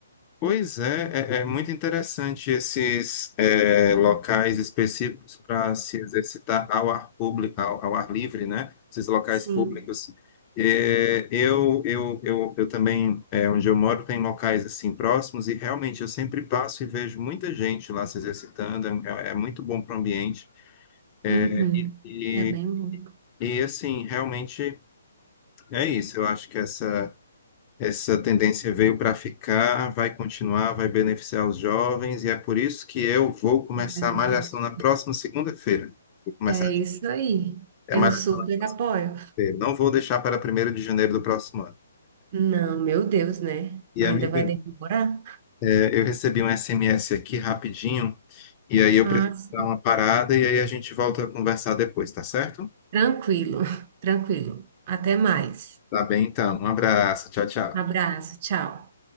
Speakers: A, on the left (about 30°); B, on the right (about 40°).
A: Pois é, é, é muito interessante esses é, locais específicos para se exercitar ao ar público, ao, ao ar livre, né? Esses locais
B: Sim.
A: públicos. É, eu, eu, eu, eu também, é, onde eu moro, tem locais assim próximos e realmente eu sempre passo e vejo muita gente lá se exercitando. É, é muito bom para o ambiente. É,
B: Uhum.
A: e, e-
B: É bem bom,
A: E assim, realmente é isso. Eu acho que essa, essa tendência veio para ficar, vai continuar, vai beneficiar os jovens, e é por isso que eu vou começar
B: é verdade.
A: a malhação na próxima segunda-feira. Vou começar
B: É isso aí.
A: É
B: Eu
A: a malhação
B: super
A: na segunda
B: apoio.
A: feira. Não vou deixar para 1º de janeiro do próximo ano.
B: Não, meu Deus, né?
A: E,
B: Ainda
A: amiga,
B: vai demorar?
A: é, eu recebi um SMS aqui rapidinho, e aí eu
B: Ah,
A: preciso
B: sim.
A: dar uma parada, e aí a gente volta a conversar depois, tá certo?
B: Tranquilo, <laughs> tranquilo. Até mais.
A: Tá bem, então. Um abraço. Tchau, tchau.
B: Abraço, tchau.